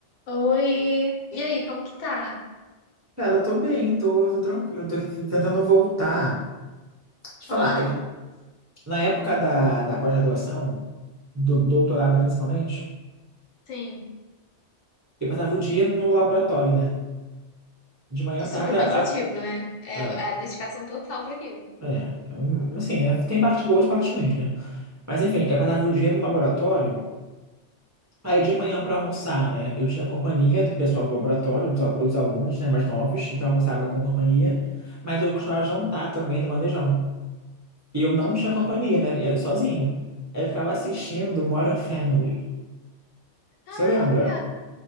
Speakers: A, on the left; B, on the right.
A: Oi! E aí, como que tá?
B: Cara, tô bem, tô, tô tranquilo, tô aqui tentando voltar. Deixa eu te falar,
A: Ah,
B: é que na época da, da pós-graduação, do doutorado principalmente,
A: sim.
B: eu passava o dia no laboratório, né? De manhã
A: E
B: à tarde,
A: super
B: a,
A: cansativo, né? É
B: a-
A: a dedicação total pra aquilo.
B: é, é, um, assim, é, tem parte boa e parte ruins, né? Mas enfim, eu passava o dia no laboratório, aí de manhã pra almoçar, né? Eu tinha companhia do pessoal do laboratório, dos, al- outros alunos, né, mais novos, então eu almoçava com companhia, mas eu costumava jantar também no bandejão. E eu não
A: Uhum.
B: tinha companhia, né? Ia sozinho. Aí eu ficava assistindo Modern Family.
A: Caraca!
B: Você lembra?